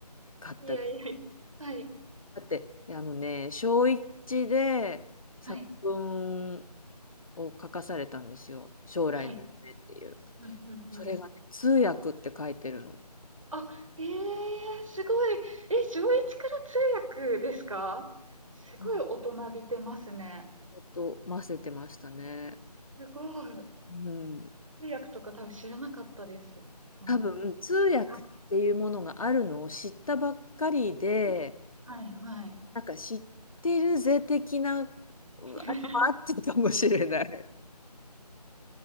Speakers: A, on the left (about 55°); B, on the right (about 50°).
A: かったです。
B: いやいや。はい。
A: だって、あのね、小一で作文
B: はい。
A: を書かされたんですよ。将来の夢っていう。
B: はい。うん、うん、
A: それがね、
B: うん。
A: 通訳って書いてるの。
B: あ、ええすごい。え、小一から通訳ですかすごい大人びてますね。
A: あちょっと混ぜてましたね。
B: すごい。
A: うん。
B: 通訳とか多分知らなかったです。存在を。
A: 多分通訳っていうものがあるのを知ったばっかりで、
B: はい、はい、はい。
A: なんか知ってるぜ的な、あれ
B: <laughs>
A: もあってたかもしれない。